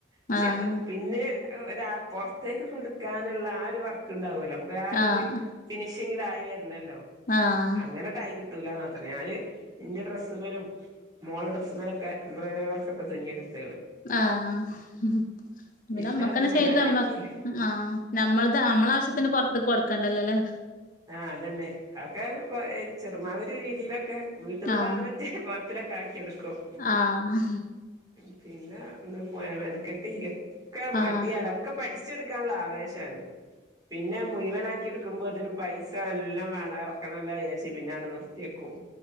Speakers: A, on the right (about 20°); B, on the left (about 45°).
A: പക്ഷെ
B: ആഹ്
A: അതും പിന്നെ ഒരാൾ പോർത്തേക്കൊക്കെ ഇടുക്കാൻ ഉള്ള ആഹ് ഒരു വർക്ക് ബണ്ടാവൊല്ലൊ അമുക്ക് ആര്
B: ആഹ്
A: <unintelligible> <unintelligible> ൽ ആയി വരണല്ലോ
B: ആഹ്
A: അങ്ങനെ ട്ടൈം കിട്ടുല മാത്രേ ഞാന് എന്റെ ഡ്രസ്സ്മലും മോള ഡ്രസ്സ്മലൊക്കെ എംബ്രോഡറി വർക്ക് ഒക്കെ തുന്നിയടു. ത്
B: ആഹ് പിന്നെ
A: പിന്നെ
B: നമ്മക്കന്നെ
A: അന്ന് മുഴുവനാക്കിയില്ല
B: ചെയ്ത് നമ്മ ആ നമ്മൾ നമ്മള ആവശ്യത്തിന് പുറത്ത് കൊടുക്ക കണ്ടല്ലല്ലേ
A: ആഅതന്നെ അതൊക്കെ ചെറുമാതിരി രീതിയിലൊക്കെ വീട്ടന്നിടാനൻ
B: ആഹ്
A: പറ്റിയ കൊല കെട്ക്കും
B: ആഹ്
A: ഉം പിന്നെ <unintelligible> പോ മെനക്കെട്ടിയില്ല ഒക്കെ
B: ആഹ്
A: മടിയടൊക്കെ പഠിച് ചെടുക്കാനുള്ള ആവേശമാണ് പിന്നെ മുഴവനാക്കി എടുക്കുമ്പോതിനും പൈസ എല്ലാം വേണം എറക്കണേല്ലോ ഏബ് സി പിന്നെ ഔടെ നിർത്ത്യെക്കും